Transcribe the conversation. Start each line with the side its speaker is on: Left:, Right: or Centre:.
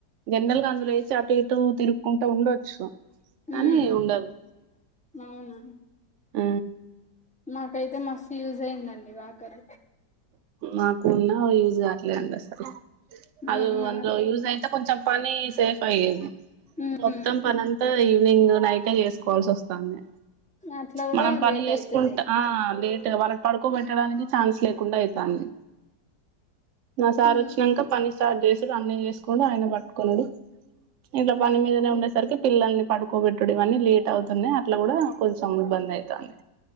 Right: జన్నల్గా అందులో ఏసి అటు ఇటు తిరుక్కుంట ఉండొచ్చు కానీ
Centre: ఉ
Right: ఉండదు
Centre: అవును
Right: ఊ
Centre: మాకైతే మస్తు యూజ్ అయిందండి వాకరు
Right: నాకున్న యూజ్ కావట్లేదండి అసలు అది
Centre: అవునా
Right: అందులో యూజ్ అయితే కొంచెం పని సేఫ్ అయ్యేది
Centre: ఉమ్
Right: మొత్తం పనంతా ఈవినింగ్ నైటె చేసుకోవాల్సి వస్తాంది
Centre: అట్లా కూడా
Right: మనం పని
Centre: లేట్
Right: చేసుకుంట
Centre: అయితది
Right: ఆ లేదు వాళ్ళ పడుకోబెట్టడానికి ఛాన్స్ లేకుండా అయితాంది నా సార్
Centre: ఉమ్
Right: వచ్చినంక పని స్టార్ట్ చేసుడు అన్ని చేసుకుండు ఆయన పట్టుకునుడు ఇంగ పని
Centre: అయ్యో
Right: మీదనే ఉండేసరికి పిల్లల్ని పడుకోబెట్టుడు ఇవన్నీ లేట్ అవుతున్నాయి ఇట్ల కూడా కొంచెం ఇబ్బంది అయితాంది